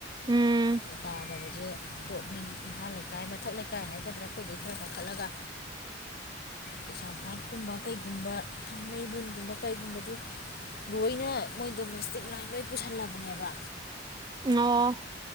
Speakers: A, on the right; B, on the left.
A: ꯎꯝ
B: ꯑꯗ ꯇꯥꯗꯕ ꯁꯦ ꯇꯣꯞ ꯃꯤꯒꯤ ꯏꯝꯐꯥꯜ ꯂꯩꯀꯥꯏ ꯃꯊꯛ ꯂꯩꯀꯥꯏ ꯍꯥꯏꯒꯗ꯭ꯔꯥ ꯑꯩꯈꯣꯏꯗꯒꯤ ꯈꯔ ꯀꯥꯈꯠꯂꯒ ꯀꯩꯤꯁꯥꯝꯄꯥꯥꯠꯀꯨꯝꯕ ꯀꯩꯒꯨꯝꯕ ꯊꯥꯡꯃꯩꯕꯨꯟꯒꯨꯝꯕ ꯀꯩꯒꯨꯝꯕꯗꯤ ꯂꯣꯏꯅ ꯃꯣꯏ ꯗꯣꯃꯦꯁꯇꯤꯛ ꯂꯥꯏꯟ ꯂꯣꯏ ꯄꯨꯁꯤꯜꯂꯕꯅꯦꯕ
A: ꯑꯣ <inaudible>